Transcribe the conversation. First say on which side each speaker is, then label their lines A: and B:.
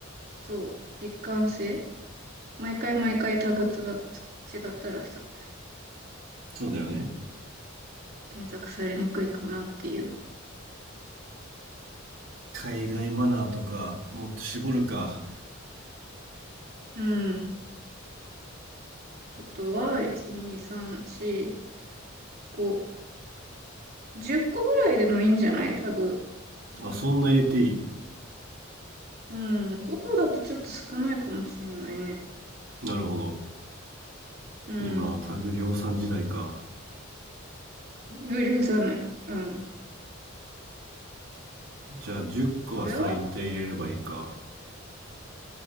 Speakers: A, on the right; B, on the right.
A: そう、一貫性毎回毎回タグつがつ違ったらさ、
B: そうだよね。
A: 検索されにくいかなっていう。
B: 海外マナーとか、もっと絞るか。
A: うん。あとは、1、2、3、4、5、10個ぐらいでもいいんじゃないタグ。
B: あ、そんな入れていい。
A: うん。5個だとちょっと少ないかもしれないね。
B: なるほど。
A: うん。
B: 今、タグ量産時代か。
A: 無理さない。うん。
B: じゃあ、10個は最低入れればいいか。
A: それは